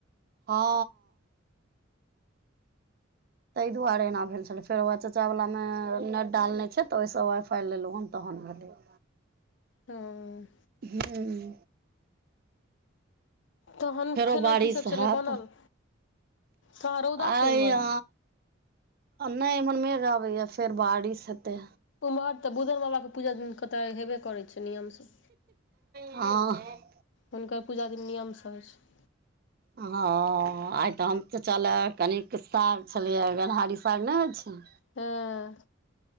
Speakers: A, on the right (about 50°); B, on the left (about 65°).
A: हँ। तइ दुआरे एना भेल छलै फेर वैह चच्चा वला मे नेट डालने छैय तऽ ओइ सँ वाइ फाइ लेलहुँ हन तखन भेलौये।।
B: हं
A: हूँ
B: तहन
A: फेरो
B: खेनाइ
A: बारिश
B: की सब छेलै
A: हैत
B: बनल। कहाँ रौदा
A: आइ
B: छै इम्हर
A: या। हम नइ एमहर मेघआबैयाा फेर बारिश हेते।
B: उम्हर तऽ बुधन बाबा के पूजा दिन क कते हेबे करै। नियम सऽ
A: हँ
B: हुनकर पुजा दिन नियम सऽ होइ छैय।
A: हं आइ तऽ हम चच्चा लै कनिक साग छलैए गेनहारी साग नहि होइ छैय।
B: हं